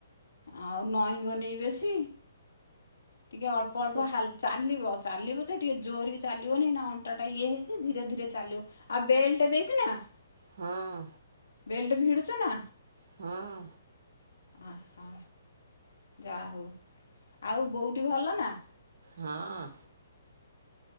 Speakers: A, on the left; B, on the right.
A: ଆଉ ନଈବନି ବେଶୀ ଟିକେ ଅଳ୍ପ ଅଳ୍ପା
B: ସେ
A: ଚାଲିବ। ଚାଲିବ ତ ଟିକେ ଜୋର କିି ଚାଲିବନି ନା ଅଣ୍ଟାଟା ଇଏ ହେଇଛି ଧୀରେ ଧୀରେ ଚାଲିବ। ଆଉ ବେଲ୍ଟା ଦେଇଛି ନା।
B: ହଁ
A: ବେଲ୍ଟ ଭିଡୁଛ ନା।
B: ହଁ
A: ଓ ହୋ ଯା ହଉ ଆଉ ବୋଉଟି ଭଲ ନା।
B: ହଁ